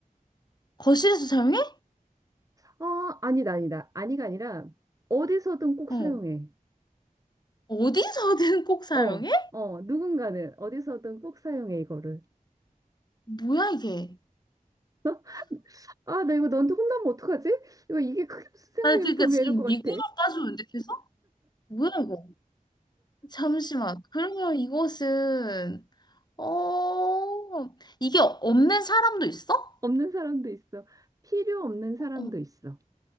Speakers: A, on the left; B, on the right.
A: 거실에서 사용해?
B: 아, 아니다, 아니다, 아니가 아니라 어디서든 꼭
A: 어.
B: 사용해.
A: 어디서든 <laughs> 꼭 사용해?
B: 어, 어, 누군가는 어디서든 꼭 사용해 이거를.
A: 뭐야, 이게?
B: <laughs> 아, 나 이거 너한테 혼나면 어떡하지? 이거 이게 그게 무슨 생활용품이야
A: 아 그러니까 지금
B: 이럴 것 같아.
A: 미국으로 따지는데 계속? 뭐야 이거? 잠시만. 그러면 이것은 어 이게 없는 사람도 있어?
B: 없는 사람도 있어. 필요 없는 사람도
A: 어,
B: 있어.